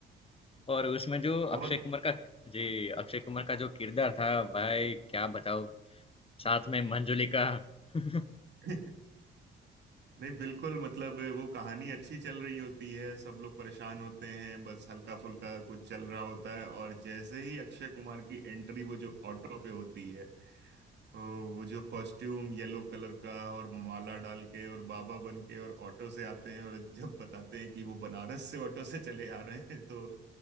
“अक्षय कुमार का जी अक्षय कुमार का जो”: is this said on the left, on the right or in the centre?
Left